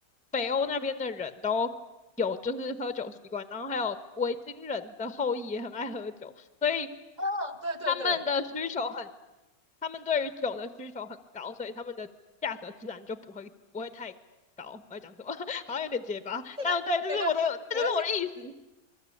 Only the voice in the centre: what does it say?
北欧那边的人都有就是喝酒习惯，然后还有维京人的后裔也很爱喝酒，所以
他们的需求很，他们对于酒的需求很高，所以他们的价格自然就不会不会太高。我在讲什么？好像有点结巴，
但对，这是我的，这就是我的意思。